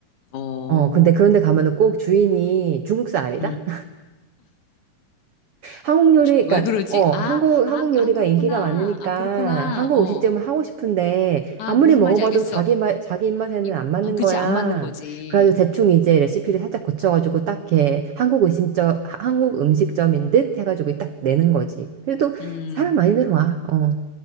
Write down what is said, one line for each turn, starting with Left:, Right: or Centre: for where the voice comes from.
Left: 어,
Right: 어, 근데 그런데 가면은 꼭 주인이 중국 사람이다?
Left: 음.
Right: 한국 요리,
Left: 왜
Right: 그러니까
Left: 그러지?
Right: 어
Left: 아,
Right: 한국
Left: 아,
Right: 한국 요리가
Left: 아, 그렇구나.
Right: 인기가 많으니까
Left: 아, 그렇구나.
Right: 한국
Left: 어,
Right: 음식점을 하고 싶은데
Left: 아,
Right: 아무리
Left: 무슨
Right: 먹어봐도
Left: 말인지 알겠어.
Right: 자기 맛 자기 입맛에는
Left: 이,
Right: 안 맞는
Left: 아, 그치,
Right: 거야.
Left: 안 맞는 거지.
Right: 그래서 대충 이제 레시피를 살짝 고쳐가지고 딱 이렇게 한국 음식점 한국 음식점인 듯 해가지고 딱 내는 거지. 그래도
Left: 음,
Right: 사람 많이 들어와. 어,